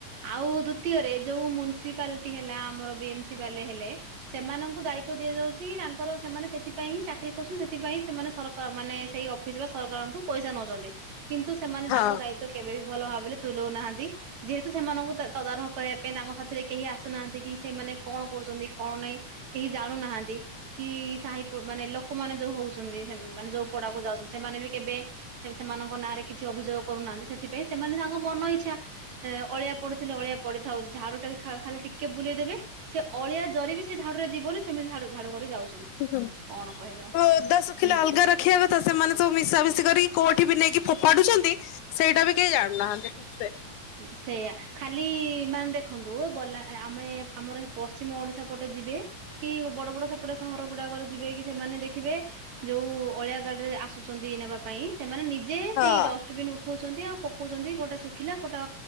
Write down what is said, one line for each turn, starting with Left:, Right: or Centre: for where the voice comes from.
Right: ଆଉ ଦୁତ୍ ଦ୍ଵିତିୟରେ ଯୋଉ ମ୍ୟୁନିସିପାଲିଟି ହେଲା ଆମର ବି ଏମ ସି ବାଲେ ହେଲେ ସେମାନଙ୍କୁ ଦାୟିତ୍ଵ ଦିଆଯାଉଛି ତାଙ୍କର ସେମାନେ ସେଥିପାଇଁ ହିଁ ଚାକିରି କରୁଛନ୍ତି। ସେଥିପାଇଁ ସେମାନେ ସରକାର ମାନେ ସେଇ ଅଫିସ ବା ସରକାରଙ୍କଠୁ ପଇସା ନଉଛନ୍ତି। କିନ୍ତୁ ସେମାନେ
Left: ହଁ।
Right: ତାଙ୍କ ଦାୟିତ୍ଵ କେବେ ବି ଭଲ ଭାବରେ ତୁଲଉ ନାହାନ୍ତି। ଯେହେତୁ ସେମାନଙ୍କୁ ତଦାରଖ କରିବା ପାଇଁ ତାଙ୍କ ସାଥିରେ କେହି ଆସୁନାହାନ୍ତି କି ସେମାନେ କଣ କରୁଛନ୍ତି କଣ ନାଇଁ କେହି ଜାଣୁନାହାନ୍ତି? କି ସାହି ମାନେ ଲୋକମାନେ ଯୋଉ ହଉଛନ୍ତି ସେ ମାନେ ଯୋଉ ପଡାକୁ ଯାଉଛନ୍ତି ସେମାନେ ବି କେବେ ସେମାନଙ୍କ ନାଁରେ କିଛି ଅଭିଯୋଗ କରୁନାହାନ୍ତି। ସେଥିପାଇଁ ସେମାନେ ତାଙ୍କ ମନ ଇଚ୍ଛା ଅଳିଆ ପଡିଥିଲେ ଅଳିଆ ପଡିଥାଉଛି ଝାଡ଼ୁ ଟା ଖାଲି ଟିକେ ବୁଲେଇଦେବେ ସେ ଅଳିଆ ଜରିି ବି ସେ ଝାଡୁରେ ଯିବନି ସେମିତି ଝାଡୁ ଝାଡୁ କରି ଯାଉଛନ୍ତି।
Left: ହୁ, ହୁଁ
Right: କଣ କହିବେ ଆଉ
Left: ଓଦା ଶୁଖିଲା
Right: ହୁଁ।
Left: ଅଲଗା ରଖିବା କଥା ସେମାନେ ସବୁ ମିଶାମିଶି କରି କୋଉଠି ବି ନେଇକି ଫୋପାଡୁଛନ୍ତି ସେଇଟା ବି କେହି ଜାଣୁନାହାନ୍ତି ଠିକ ସେ
Right: ସେଇଆ, ଖାଲି ମାନେ ଦେଖନ୍ତୁ ବଲା ଆମେ ଆମର ପଶ୍ଚିମ ଓଡିଶା ପଟେ ଯିବେ କି ବଡ ବଡ ସେପଟେ ସହର ଗୁଡାକରେ ଯିବେ କି ସେମାନେ ଦେଖିବେ ଯୋଉ ଅଳିଆ ଗାଡ ରେ ଆସୁଛନ୍ତି ନେବା ପାଇଁ ସେମାନେ ନିଜେ
Left: ହଁ
Right: ସେଇ ଡଷ୍ଟବିନ ଉଠଉଛନ୍ତି ଆଉ ପକଉଛନ୍ତି କୋଉଟା ଶୁଖିଲା କୋଉଟା